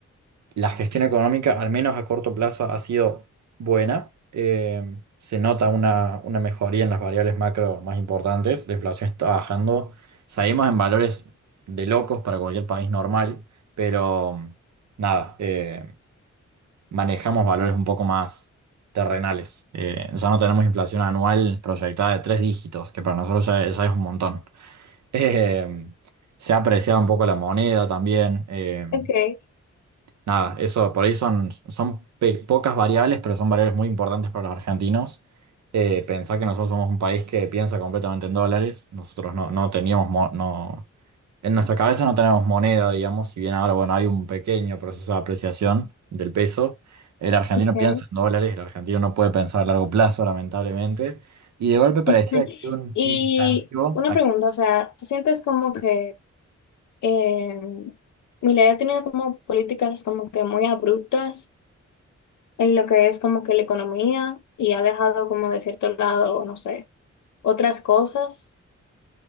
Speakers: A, on the right; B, on the left.
A: la gestión económica, al menos a corto plazo, ha sido buena. Eh, se nota una, una mejoría en las variables macro más importantes. La inflación está bajando. Salimos en valores de locos para cualquier país normal, pero nada, eh, manejamos valores un poco más terrenales. Eh, ya no tenemos inflación anual proyectada de tres dígitos, que para nosotros ya, ya es un montón. <laughs> Eh, se ha apreciado un poco la moneda también. eh,
B: Okay.
A: Nada, eso por ahí son, son pe- pocas variables, pero son variables muy importantes para los argentinos. Eh, pensá que nosotros somos un país que piensa completamente en dólares. Nosotros no, no teníamos, mo- no, en nuestra cabeza no tenemos moneda, digamos, si bien ahora, bueno, hay un pequeño proceso de apreciación del peso. El argentino
B: ok.
A: piensa en dólares, el argentino no puede pensar a largo plazo, lamentablemente. Y de golpe parecía
B: <laughs>
A: que hay un
B: Y
A: incentivo.
B: una pregunta, o sea, ¿tú sientes como que eh, Milei ha tenido como políticas como que muy abruptas en lo que es como que la economía y ha dejado como de cierto lado, no sé, otras cosas?